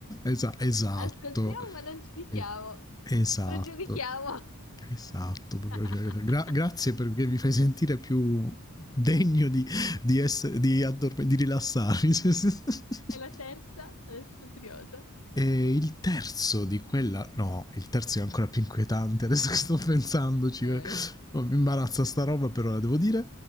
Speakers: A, on the left; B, on the left.
A: Esa- esatto.
B: <laughs> Ascoltiamo ma non giudichiamo.
A: Es- esatto.
B: Non giudichiamo.
A: Esatto, proprio,
B: <laughs>
A: cioè, gra- grazie perché mi fai sentire più degno di, di, ess- di, addorme- di rilassarmi. <laughs>
B: E la terza? Adesso sono curiosa.
A: E il terzo di quella, no, il terzo è ancora più inquietante. Adesso che sto pensandoci,
B: Ok.
A: eh, Oh, mi imbarazza sta roba, però la devo dire.